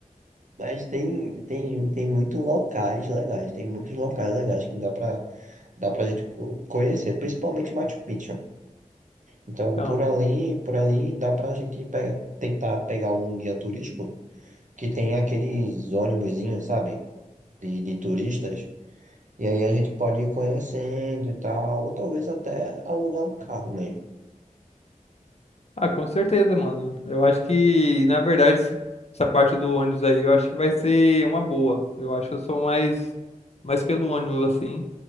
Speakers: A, on the right; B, on the left.
A: Mas tem, tem, tem muitos locais legais. Tem muitos locais legais que dá pra, dá pra gente co- conhecer. Principalmente Machu Picchu. Então,
B: Então.
A: por ali, por ali, dá pra gente pe- tentar pegar um guia turístico que tem aqueles ônibusinhos, sabe? De, de turistas. E aí a gente pode ir conhecendo e tal, ou talvez até alugar um carro mesmo,
B: Ah, com certeza, mano. Eu acho que, na verdade, esse- essa parte do ônibus aí, eu acho que vai ser uma boa. Eu acho que eu sou mais, mais pelo ônibus, assim,